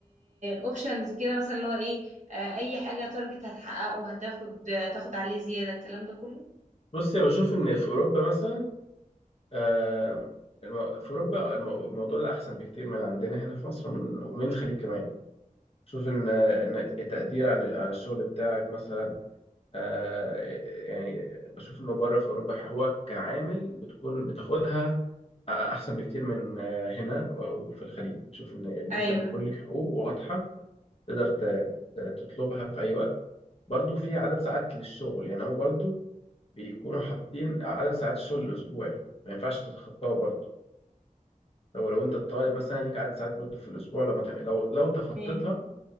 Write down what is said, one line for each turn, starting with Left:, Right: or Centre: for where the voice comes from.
Right: اوبشنز كده مثلا اللي هو ايه آه اي حاجة تارجت هتحققه هتاخد هتاخد عليه زيادة الكلام ده كله
Left: بص أنا بشوف إن في أوروبا مثلا آه، الم- في أوروبا المو- الموضوع ده أحسن بكتير من عندنا هنا في مصر من ومن الخليج كمان شوف إن آه، إن التقدير عن عن الشغل بتاعك مثلا آه، يعني بشوف إنه بره في أوروبا هو كعامل بتكون بتاخدها أحسن بكتير من آه، هنا أو في الخليج بشوف إن إن
Right: ايوه
Left: أنت بيكون لك حقوق واضحة تقدر ت- ت- تطلبها في أي وقت برضو في عدد ساعات للشغل يعني هو برضو بيكونوا حاطين عدد ساعات الشغل الاسبوعي ما ينفعش تتخطاها برضو لو لو انت طالب مثلا ليك عدد ساعات برضو في الاسبوع لما ت... لو لو تخطيتها
Right: ايوه